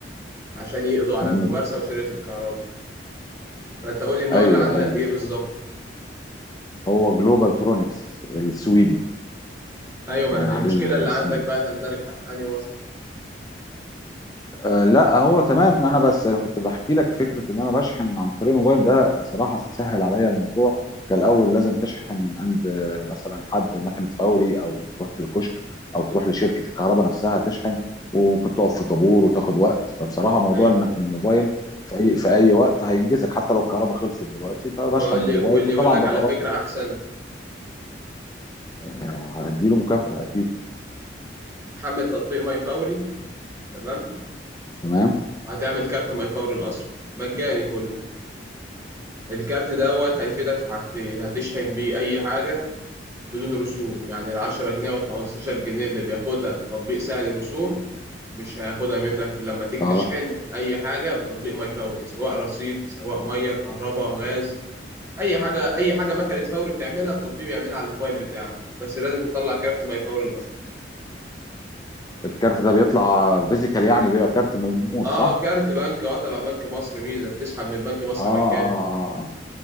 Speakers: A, on the right (about 15°); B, on the left (about 20°).
A: عشان يقضوا على
B: مهم.
A: الممارسة وسرقة الكهرباء فانت قول لي النوع
B: ايوه
A: اللي عندك
B: ايوه
A: ايه بالظبط
B: هو جلوبال ترونكس السويدي
A: ايوه ما
B: يعني
A: انا المشكلة
B: عليه الاسمين
A: اللي عندك بقى تندرج تحت انهي وصف
B: أه لا هو تمام انا بس كنت بحكي لك فكره ان انا بشحن عن طريق الموبايل ده صراحه سهل عليا الموضوع كان الاول لازم تشحن من عند آه، مثلا حد مكنه فوري او تروح لكشك او تروح لشركه الكهرباء نفسها تشحن وممكن تقف في طابور وتاخد وقت فبصراحه موضوع
A: ايوه
B: انك
A: أيوة.
B: من الموبايل في اي في اي وقت هينجزك حتى لو الكهرباء خلصت دلوقتي فبشحن
A: أبقى أقول
B: من الموبايل
A: لي واللي
B: وطبعا
A: يقول لك
B: ببقى
A: على فكرة
B: رافع.
A: احسن
B: آه، هديله مكافاه اكيد
A: حمل تطبيق ماي فوري تمام
B: تمام
A: وهتعمل كارت ما يفور الأصفر مجاني كله الكارت دوت هيفيدك في حاجتين هتشحن بيه أي حاجة بدون رسوم يعني العشرة جنيه والخمستاشر جنيه اللي بياخدها تطبيق سهل الرسوم مش هياخدها منك لما تيجي
B: اه
A: تشحن أي حاجة بتطبيق ماي فوري سواء رصيد سواء مية كهرباء غاز أي حاجة أي حاجة مكنة فوري بتعملها التطبيق بيعملها على الموبايل بتاعك بس لازم تطلع كارت ماي فوري الأصفر
B: الكارت ده بيطلع فيزيكال يعني بيبقى كارت ملموس
A: اه
B: صح؟
A: كارت بنك اه تبع بنك مصر ميزة بتسحب من بنك مصر
B: اه اه
A: مجاني
B: اه آه.